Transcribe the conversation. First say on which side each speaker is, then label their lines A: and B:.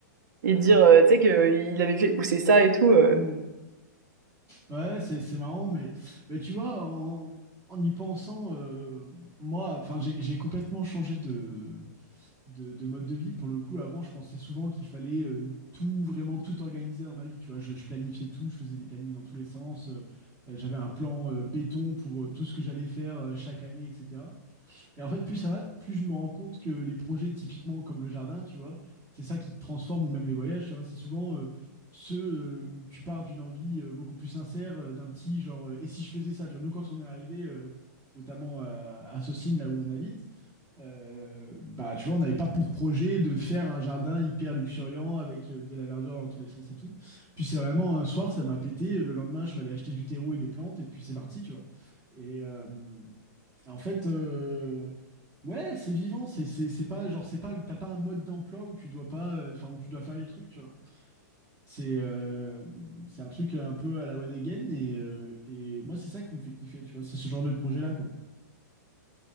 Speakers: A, on the right (about 75°); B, on the right (about 25°).
A: et dire, euh, tu sais, qu'il avait fait pousser ça et tout. euh.
B: Mm. Ouais, c'est, c'est marrant, mais, mais tu vois, en, en y pensant, euh, moi, enfin, j'ai j'ai complètement changé de, de, de mode de vie. Pour le coup, avant, je pensais souvent qu'il fallait euh, tout, vraiment tout organiser dans ma vie. Tu vois, je, je planifiais tout, je faisais des plannings dans tous les sens. euh, euh, j'avais un plan euh, béton pour euh, tout ce que j'allais faire euh, chaque année, etc. Et en fait, plus ça va, plus je me rends compte que les projets typiquement comme le jardin, tu vois, c'est ça qui te transforme ou même les voyages, tu vois. C'est souvent euh, ceux euh, où tu pars d'une envie euh, beaucoup plus sincère, euh, d'un petit genre, euh, et si je faisais ça, tu vois. Nous, quand on est arrivé, euh, notamment à, à Saucines, là où on habite, euh, bah, tu vois, on n'avait pas pour projet de faire un jardin hyper luxuriant avec euh, de la verdure dans tous les sens et tout. Puis c'est vraiment un soir, ça m'a pété. Le lendemain, je suis allé acheter du terreau et des plantes, et puis c'est parti, tu vois. Et, euh, en fait, euh, ouais, c'est vivant. C'est c'est- c'est pas genre c'est pas le- t'as pas un mode d'emploi où tu dois pas, euh, enfin où tu dois faire les trucs, tu vois. C'est euh, c'est un truc un peu à la One Again et euh, et moi c'est ça qui me fait kiffer, tu vois. C'est ce genre de projet-là, quoi.